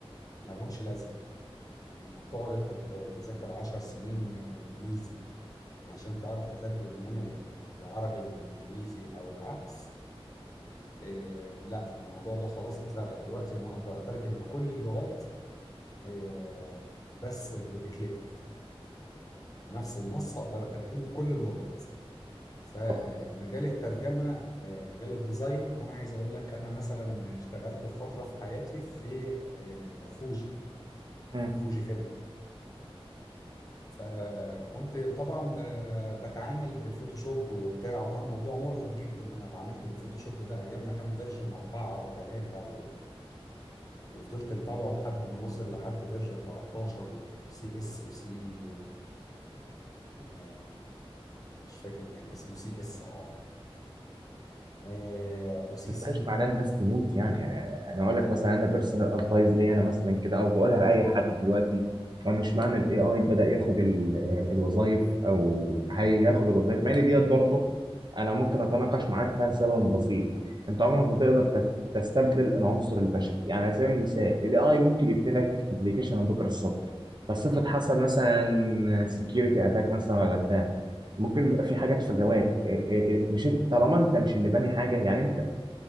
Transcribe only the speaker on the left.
مالهمش لازمه انك تقعد انت ت- تذاكر 10 سنين انجليزي عشان تعرف تترجم من ال- العربي للانجليزي او العكس آه، لا الموضوع ده خلاص اتلغى دلوقتي انا اقدر اترجم بكل اللغات آه، بس ب- بكليك نفس النص اقدر اترجمه بكل اللغات فمجال
الترجمة آه، مجال الديزاين أنا عايز أقول لك أنا مثلا اشتغلت في فترة في حياتي في آه، فوجي
فوجي فيلم فكنت طبعا ب- بتعامل بالفوتوشوب وبتاع وكان موضوع مرهق جدا أنا اتعاملت بالفوتوشوب ده أيام ما كان فيرجن أربعة و3 و... وفضلت متابعه لحد ما وصل لحد فيرجن 13 وسي اس وسي آه، مش فاكر كان اسمه سي اس اه آه، وسي
سي